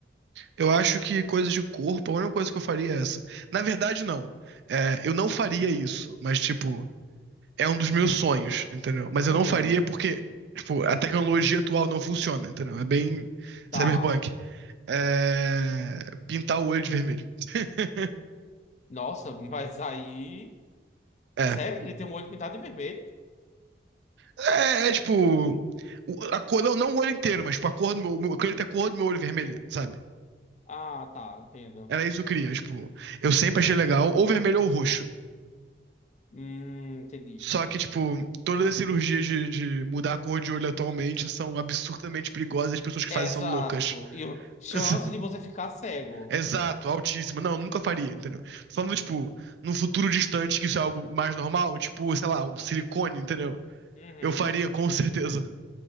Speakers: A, on the right; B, on the left.
A: eu acho que coisa de corpo, a única coisa que eu faria é essa. Na verdade, não. É, eu não faria isso, mas, tipo, é um dos meus sonhos, entendeu? Mas eu
B: Hum,
A: não faria porque, tipo, a tecnologia atual não funciona, entendeu? É bem
B: tá.
A: cyberpunk. É... Pintar o olho de vermelho. <laughs>
B: Nossa, mas aí.
A: É.
B: Sério que ele tem um olho pintado de vermelho?
A: É, é, tipo. o- A cor, não, não o olho inteiro, mas tipo, a cor do meu. meu- Eu queria ter a cor do meu olho vermelha, sabe?
B: Ah, tá, entendo.
A: Era isso que eu queria, tipo. Eu sempre achei legal, ou vermelho ou roxo.
B: Hum, entendi.
A: Só que, tipo, todas as cirurgias de, de mudar a cor de olho atualmente são absurdamente perigosas e as pessoas que
B: Exato.
A: fazem são loucas.
B: E o- chance
A: <laughs>
B: de você ficar cego.
A: Exato, altíssimo. Não, nunca faria, entendeu? Tô falando, tipo, num futuro distante que isso é algo mais normal, tipo, sei lá, um silicone, entendeu?
B: Uhum.
A: Eu faria com certeza.